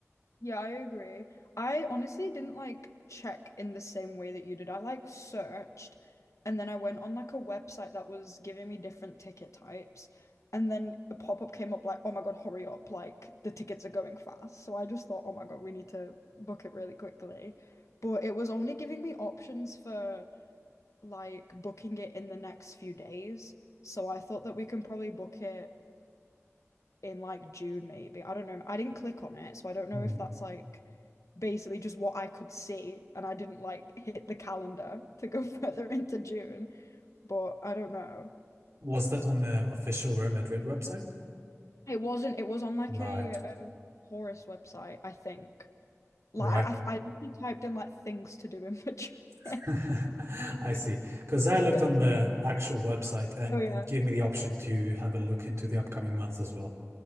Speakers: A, on the left; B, on the right.
A: Yeah, I agree. I honestly didn't like check in the same way that you did. I like searched and then I went on like a website that was giving me different ticket types. And then a pop-up came up like, oh my God, hurry up. Like the tickets are going fast. So I just thought, oh my God, we need to book it really quickly. But it was only giving me options for like booking it in the next few days. So I thought that we can probably book it in like June, maybe. I don't know. I didn't click on it, so I don't know
B: Hmm.
A: if that's like basically just what I could see, and I didn't like hit the calendar to go <laughs> further into June. But I don't know.
B: Was that on the official Real Madrid website?
A: It wasn't. It was on like
B: Right,
A: a, a tourist website, I think. Like
B: right.
A: I, I I literally typed in like things to do in Madrid.
B: <laughs>
A: <laughs>
B: I see. Because I looked
A: Yeah.
B: on the actual website and
A: Oh yeah.
B: it gave me the option to have a look into the upcoming months as well.